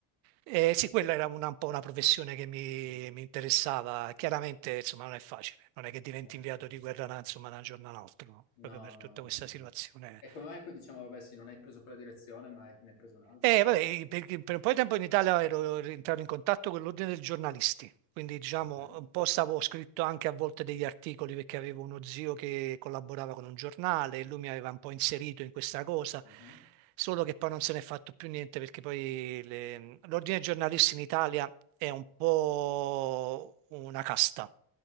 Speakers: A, on the right; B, on the left.
A: Eh, sì, quella era una- un po' una professione che mi,
B: Mm,
A: mi interessava. Chiaramente, insomma, non è facile. Non è che diventi
B: eh, eh.
A: inviato
B: mm, mm,
A: di guerra, da, insomma,
B: mm.
A: da un giorno all'altro, no?
B: No,
A: Proprio per
B: no,
A: tutta
B: no,
A: questa
B: no, no,
A: situazione
B: no. E come mai poi diciamo, vabbè, sì, non hai preso quella direzione, ma hai, ne hai preso un'altra?
A: Eh, vabbè, perché per un po' di tempo in Italia ero rientrato in contatto con l'ordine dei giornalisti, quindi diciamo
B: Ok.
A: un po' stavo scritto anche a volte degli articoli perché avevo uno zio che collaborava con un giornale e lui mi aveva un po' inserito in questa cosa,
B: Mhm.
A: solo che poi non se n'è fatto più niente perché poi le- l'ordine dei giornalisti in Italia è un po' una casta,